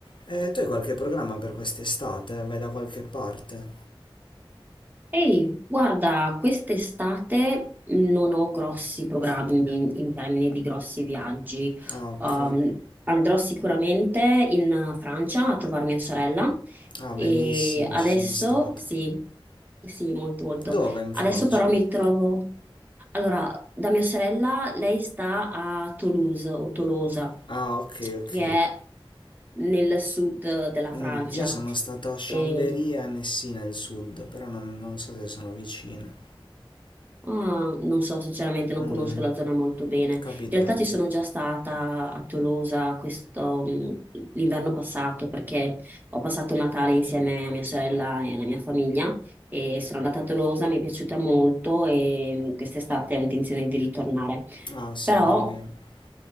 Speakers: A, on the left; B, on the right.
A: Eh, tu hai qualche programma per quest'estate? Vai da qualche parte?
B: Ehi, guarda, quest'estate non ho grossi programmi in, in termini di grossi viaggi.
A: Ah, ok.
B: Um, andrò sicuramente in Francia a trovare mia sorella
A: Ah,
B: e
A: bellissimo,
B: adesso
A: ci sono stato.
B: sì, sì, molto molto.
A: Dove in
B: Adesso
A: Francia?
B: però mi trovo... Allora, da mia sorella, lei sta a Toulouse o Tolosa,
A: Ah, ok, ok.
B: che è nel sud della
A: Mm,
B: Francia.
A: io sono stato a Chambéry
B: E
A: e a Annecy nel sud, però non, non so se sono vicine.
B: Ah, non so, sinceramente non
A: Mm,
B: conosco la zona molto bene. In
A: capito,
B: realtà
A: capito.
B: ci sono già stata a Tolosa questo, mh, l'inverno passato perché ho passato Natale insieme a mia sorella e alla mia famiglia e sono andata a Tolosa, mi è piaciuta molto e mh, quest'estate ho intenzione di ritornare.
A: Ah, sì,
B: Però
A: fai bene.